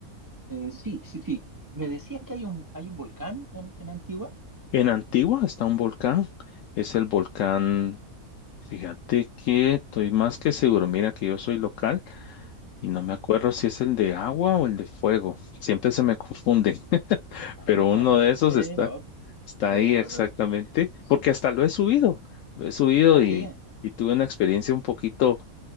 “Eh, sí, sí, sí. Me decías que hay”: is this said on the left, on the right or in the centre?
Right